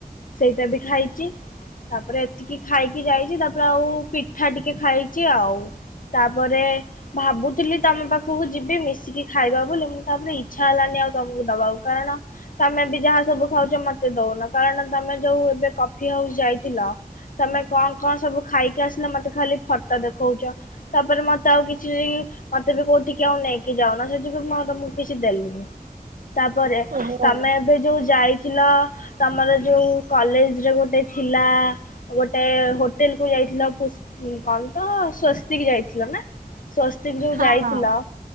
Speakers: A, on the left; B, on the right.
A: ସେଇଟା ବି ଖାଇଚି। ତାପରେ ଏତିକି ଖାଇକି ଯାଇଚ଼ି ତାପରେ ଆଉ ପିଠା ଟିକେ ଖାଇଚ଼ି ଆଉ। ତାପରେ ଭାବୁଥିଲି ତମ ପାଖକୁ ଯିବି ମିଶିକି ଖାଇବା ବୋଲି ଉଁ ତାପରେ ଇଚ୍ଛା ହେଲାନି ଆଉ ତମକୁ ଦବାକୁ କାରଣ ତମେ ବି ଯାହା ସବୁ ଖାଉଚ ମତେ ଦଉନ କାରଣ ତମେ ଯୋଉ ଏବେ କଫି ହାଉସ୍ ଯାଇଥିଲ ତମେ କଁ କଁ ସବୁ ଖାଇକି ଆସିଲ ମତେ ଖାଲି ଫଟ ଦେଖଉଚ଼।। ତାପରେ ମତେ ଆଉ କିଛି ମତେ ବି କୋଉ ଟିକେ ଆଉ ନେଇକି ଯାଉନ ସେ ଯୋଗୁ ବି‌ ମୁଁ ଆଉ ତମକୁ କିଛି ଦେଲିନି। ତାପରେ
B: ଓହୋ
A: ତମେ ଏବେ ଯୋଉ ଯାଇଥିଲ ତମର ଯୋଉ କଲେଜରେ ଗୋଟେ ଥିଲା ଗୋଟେ ହୋଟେଲ୍ କୁ ଯାଇଥିଲ ପୁସ୍ କଣ ତ ସ୍ଵସ୍ତିକି ଯାଇଥିଲ ନା? ସ୍ଵସ୍ତିକ୍ ଯୋଉ
B: ହଁ
A: ଯାଇଥିଲ
B: ହଁ